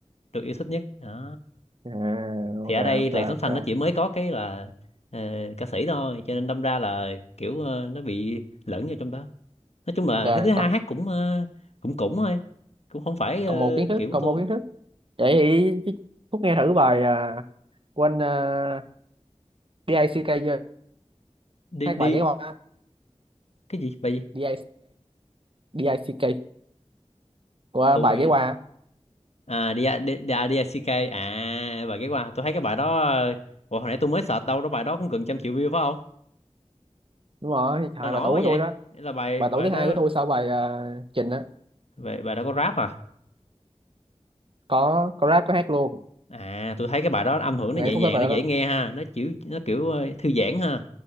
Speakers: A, on the left (about 65°); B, on the right (about 50°).
A: được yêu thích nhất đó
B: à
A: thì
B: ok
A: ở đây
B: ok
A: làn sóng
B: ok
A: xanh nó chỉ mới có cái là ờ, ca sĩ thôi cho nên đâm ra là kiểu ờ, nó bị lẫn vô trong đó nói chung là
B: ok
A: thứ thứ hai
B: còn
A: hát cũng ờ, cũng cũng thôi cũng không phải
B: còn
A: ờ,
B: một kiến thức
A: kiểu
B: còn
A: của tôi
B: một kiến thức vậy thì Phúc nghe thử bài à, của anh uh, DICK chưa
A: đi
B: hát
A: đi
B: bài ghé qua
A: cái gì bài gì
B: DICK DICK của
A: tôi
B: bài ghé qua
A: à đi đi đi, à, đi, CK à bài ghé qua tôi thấy cái bài đó ờ, Ủa, hồi nãy tôi mới search đâu đó bài đó cũng gần trăm triệu view phải không
B: đúng rồi hai
A: sao nổi
B: bài tủ
A: quá
B: của tôi
A: vậy
B: đó
A: là bài
B: bài tủ
A: bài
B: thứ
A: đó
B: hai của tôi sau bài à, trình á
A: bài, bài đó có rap à
B: có có rap có hát luôn
A: à tôi thấy cái bài đó âm hưởng
B: nghe
A: nó nhẹ
B: phút
A: nhàng
B: hết bài
A: nó dễ
B: đó, đó.
A: nghe ha nó kiểu nó kiểu ờ, thư giãn ha